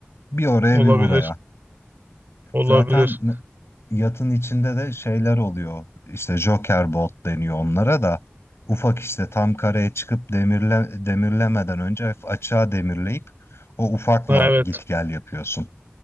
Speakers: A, on the left; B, on the right.
A: bir oraya
B: olabilir,
A: bir buraya.
B: olabilir.
A: Zaten m- yatın içinde de şeyler oluyor. İşte Joker Bolt deniyor onlara da. Ufak işte tam kareye çıkıp demirle, demirlemeden önce hafif açığa demirleyip o ufakla
B: Ha, evet,
A: git gel yapıyorsun.